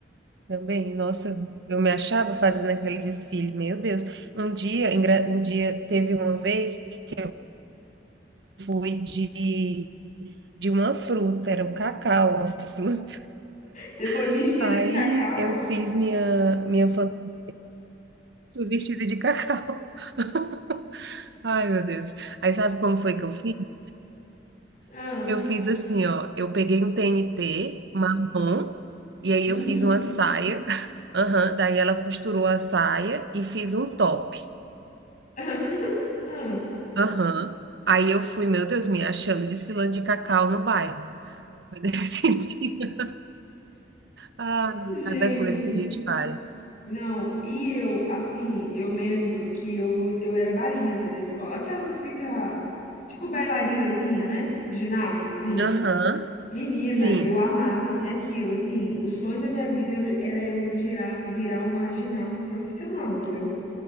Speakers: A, on the right (about 65°); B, on the left (about 45°).
A: Também, nossa, eu me achava fazendo aquele desfile, meu Deus. Um dia, engra- um dia teve uma vez que eu fui de, de uma fruta, era o cacau, a fruta.
B: Você foi
A: <laughs>
B: vestido
A: Aí
B: de cacau?
A: eu fiz minha minha fantasia, fui vestida de cacau. <laughs> Ai, meu Deus. Aí sabe como foi que eu fiz?
B: Ah,
A: Eu fiz assim, ó, eu peguei um TNT marrom e aí
B: uhum.
A: eu fiz uma saia. <laughs> Aham, daí ela costurou a saia e fiz um top.
B: <laughs> Ah,
A: Aham. Aí eu fui, meu Deus, me achando desfilando de cacau no bairro. Foi nesse <laughs> dia. Ah,
B: gente.
A: cada coisa que a gente faz.
B: Não, e eu, assim, eu lembro que eu, gos- eu era baliza da escola, aquelas que fica, tipo, bailarinazinha, né? Ginasta, assim.
A: Aham.
B: Menina,
A: Sim.
B: eu amava ser aquilo, assim, o sonho da minha vida era, era eu virar, virar uma ginasta profissional, entendeu?